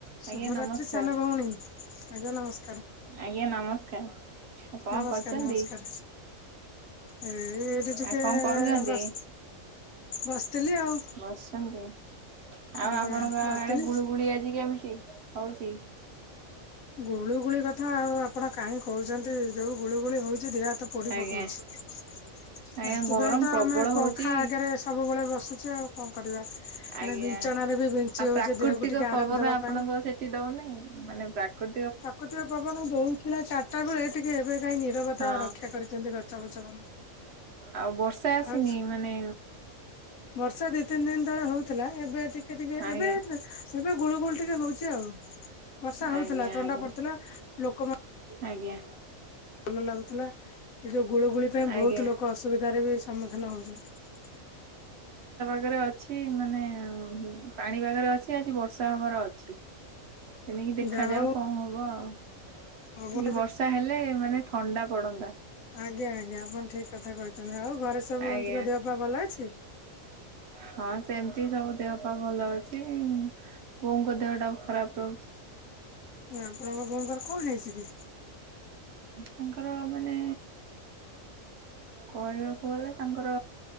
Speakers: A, on the left (about 80°); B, on the right (about 55°).
A: ଶୁଭରାତ୍ରି
B: ଆଜ୍ଞା ନମସ୍କାର
A: ସାନ ଭଉଣୀ ଆଜ୍ଞା ନମସ୍କାର।
B: ଆଜ୍ଞା ନମସ୍କାର କଣ
A: ନମସ୍କାର
B: କରୁଛନ୍ତି?
A: ନମସ୍କାର। ଏଇ ଏଇଠି ଟିକେ
B: ଆ କଣ କରୁଛନ୍ତି?
A: ବସ ବସିଥିଲି ଆଉ
B: ବସଛନ୍ତି । ଆଉ
A: ଆଜ୍ଞା
B: ଆପଣଙ୍କ
A: ବସିଥିଲି।
B: ଆଡେ ଗୁଳୁ ଗୁଳି ଆଜି କେମିତି ହଉଛି?
A: ଗୁଳୁଗୁଳି କଥା ଆଉ ଆପଣ କାହିଁହୁଛନ୍ତି ଯୋଉ ଗୁଳୁଗୁଳି ହଉଛି ଦେହ ହାତ ପୋଡି
B: ଆଜ୍ଞା
A: ପକଉଛି ।
B: ଆଜ୍ଞା
A: ସେଥିପାଇଁ
B: ଗରମ
A: ତ
B: ପ୍ରବଳ
A: ଆମେ ପଙ୍ଖା
B: ହଉଛି
A: ଆଗରେ ସବୁବେଳେ ବସୁଛେ ଆଉ କଣ କରିବା। ମାନେ
B: ଆଜ୍ଞା
A: ବିଞ୍ଚଣାରେ ବି ବିଞ୍ଚି
B: ଆଉ
A: ହଉଛେ
B: ପ୍ରାକୃତିକ
A: ଦେହକୁ ଟିକେ ଆରାମ
B: ପବନ
A: ଦବା
B: ଆପଣଙ୍କ
A: ପାଇଁ।
B: ସେଠି ଦଉନହିଁ? ମାନେ ପ୍ରାକୃତି
A: ପ୍ରାକୃତିକ ପବନ ଦଉଥିଲା ଚାରିଟା ବେଳେ ଟିକେ ଏବେ କାହିଁ ନିରବତା
B: ହଁ
A: ରକ୍ଷା କରିଛନ୍ତି ଗଛ ଫଛ <inaudible>
B: ଆଉ ବର୍ଷା ଆସିନି
A: ଆଉସ
B: ମାନେ
A: ବର୍ଷା ଦି ତିନି ଦିନ ତଳେ ହଉ ଏବେ ଟିକେ ଟିକେ
B: ଆଜ୍ଞା
A: ଏବେ ଏବେ ଗୁଳୁ ଗୁଳି ଟିକେ ହଉଛି ଆଉ। ବର୍ଷା ହଉଥିଲା
B: ଆଜ୍ଞା
A: ଥଣ୍ଡା
B: ଆଜ୍ଞା
A: ପଡିୁଥିଲା ଲୋକମା
B: ଆଜ୍ଞା।
A: ଭଲ ଲାଗୁଥିଲା ଏ ଯୋଉ ଗୁଳୁଗୁଳି ପାଇଁ ବହୁତ
B: ଆଜ୍ଞା।
A: ଲୋକ ଅସୁବିଧାରେ ବି ସମ୍ମୁଖୀନ ହଉଛନ୍ତି ।
B: ରେ ଅଛି ମାନେ ପାଣିପାଗରେ ଅଛି ଆଜି ବର୍ଷା ହବାର ଅଛି ତେଣିକି ଦେଖାଯାଉ
A: ଯାହା ହଉ
B: କଣ ହବ ଆଉ
A: ଭଗବାନ
B: ଟିକେ ବର୍ଷା ହେଲେ ମାନେ ଥଣ୍ଡା ପଡନ୍ତା।
A: ଆଜ୍ଞା ଆଜ୍ଞା ଆପଣ ଠିକ କଥା କହିଛନ୍ତି ଆଉ ଘରେ ସବୁ
B: ଆଜ୍ଞା
A: ତିଙ୍କ ଦେହ ପା ଭଲ ଅଛି?
B: ହଁ ସେମିତି ସବୁ ଦେହ ପା ଭଲ ଅଛି ବୋଉଙ୍କ ଦେହ ଟା ଖରାପ ରହୁଚି।
A: ଆପଣଙ୍କ ବୋଉଙ୍କର କଣ ହେଇଛି କି?
B: ତାଙ୍କର ମାନେ କହିବାକୁ ଗଲେ ତାଙ୍କର